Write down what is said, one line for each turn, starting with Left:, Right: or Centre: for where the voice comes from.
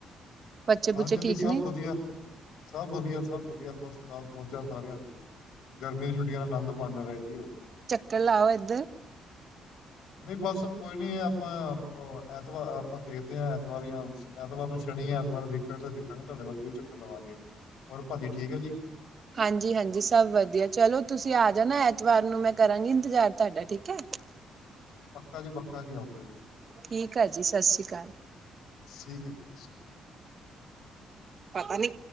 Right: ਬੱਚੇ
Left: ਹਾਂਜੀ-ਹਾਂਜੀ
Right: ਬੁੱਚੇ ਠੀਕ
Left: ਸਭ
Right: ਨੇ
Left: ਵਧੀਆ, ਸਭ ਵਧੀਆ ਸਭ ਵਧੀਆ ਫਸ ਕਲਾਸ ਮੋਜਾਂ ਸਾਰਿਆ ਦੀਆ। ਗਰਮੀ ਦੀ ਛੁੱਟੀਆਂ ਦਾ ਆਨੰਦ ਮਾਣ ਰਹੇ ਜੀ ਉਹ।
Right: ਕਰ ਲਾਓ ਇਧਰ
Left: ਨਈ ਬਸ ਕੋਈ ਨੀ ਆਪਾ ਐਤਵਾਰ ਆਪਾ ਦੇਖਦੇ ਆ ਐਤਵਾਰ ਜਾ ਐਤਵਾਰ ਨੂੰ ਸ਼ਨੀ, ਐਤਵਾਰ ਵੀਕਐਂਡ ਤੋਂ ਦੇਖਾਂਗੇ ਤੁਆਡੇ ਵਾਲ ਜ਼ਰੂਰ ਚੱਕਰ ਲਵਾਂਗੇ। ਹੋਰ, ਭਾਜੀ ਠੀਕ ਐ ਜੀ।
Right: ਹਾਂਜੀ-ਹਾਂਜੀ, ਸਬ ਵਦੀਆ ਚਲੋ ਤੁਸੀਂ ਆ ਜਾਣਾ ਐਤਵਾਰ ਨੂੰ ਮੈਂ ਕਰਾਂਗੀ ਇੰਤਜ਼ਾਰ ਤੁਆਡਾ ਠੀਕ ਐ।
Left: ਪੱਕਾ ਜੀ, ਪੱਕਾ ਜੀ, ਆਉਂਗਾ ਜੀ।
Right: ਠੀਕ ਐ ਜੀ, ਸਾਸੀ ਕਾਲ
Left: ਠੀਕ ਐ ਜੀ, ਸਸ ਸ੍ਰੀ ਕਾਲ
Right: ਪਤਾ ਨੀ